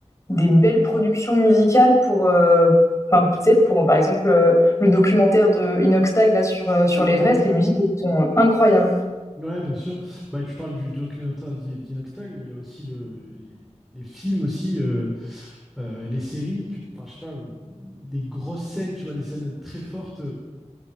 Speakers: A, on the left; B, in the centre.
A: des belles productions musicales pour euh, Enfin, tu sais, pour par exemple euh, le documentaire de Inoxtag là sur euh,
B: Hmm.
A: sur l'Everest, les musiques elles sont incroyables.
B: Ouais, bien sûr. Bah, tu parles du documentaire d'I- d'Inox Tag, mais il y a aussi le, les, les films aussi, euh, euh, les séries, que- enfin, je sais pas, euh, des grosses scènes, tu vois, des scènes très fortes. euh,